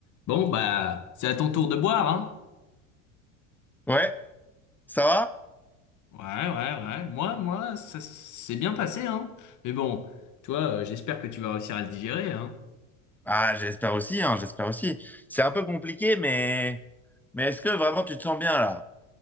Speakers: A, on the left; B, in the centre.
A: Bon, bah, c'est à ton tour de boire, hein?
B: Ouais, ça va?
A: Ouais, ouais, ouais. Moi, moi, ça s'est bien passé, hein? Mais bon, toi, euh, j'espère que tu vas réussir à le digérer, hein?
B: Ah, j'espère aussi, hein, j'espère aussi. C'est un peu compliqué, mais, mais est-ce que vraiment tu te sens bien là?